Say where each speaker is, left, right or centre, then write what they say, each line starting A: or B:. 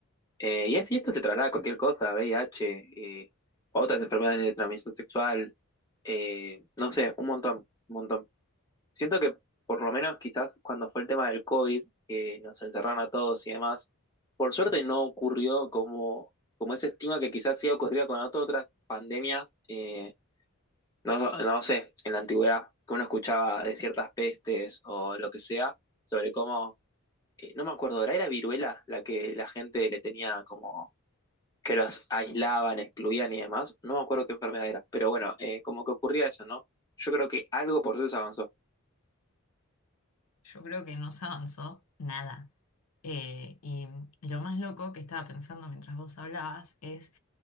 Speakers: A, on the left (about 15°); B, on the left (about 85°).
A: Eh, y, es, y esto se traslada a cualquier cosa, VIH, eh, otras enfermedades de transmisión sexual, eh, no sé, un montón, un montón. Siento que por lo menos quizás cuando fue el tema del COVID, que nos encerraron a todos y demás, por suerte no ocurrió como, como ese estigma que quizás sí ocurría con otras pandemias, eh, no, no sé, en la antigüedad, que uno escuchaba de ciertas pestes o lo que sea, sobre cómo, eh, no me acuerdo, ¿era, era viruela la que la gente le tenía como que los aislaban, excluían y demás? No me acuerdo qué enfermedad era, pero bueno, eh, como que ocurría eso, ¿no? Yo creo que algo por eso se avanzó.
B: Yo creo que no se avanzó nada. Eh, y lo más loco que estaba pensando mientras vos hablabas es